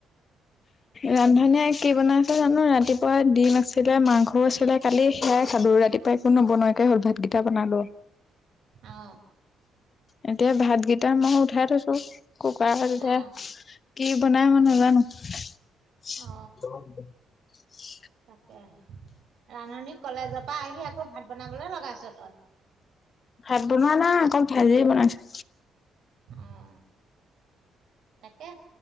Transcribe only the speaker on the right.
অ
অ
অ
তাকে, ৰান্ধনী কলেজৰ পৰা আহি আকৌ ভাত বনাবলে লগাইছ তই।
অহ, তাকে।